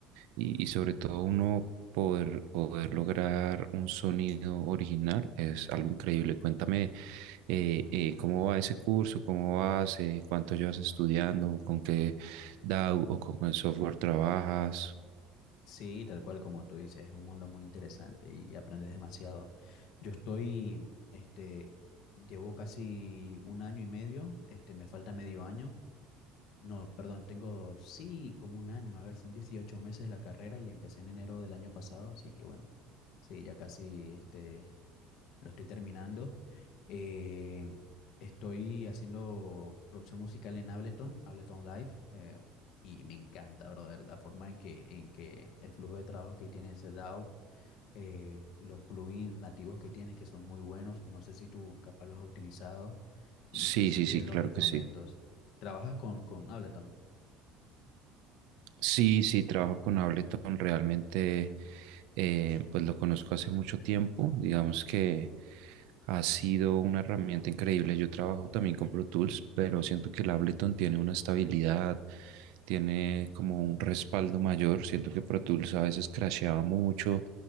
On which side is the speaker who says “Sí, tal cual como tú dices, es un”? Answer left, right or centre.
Left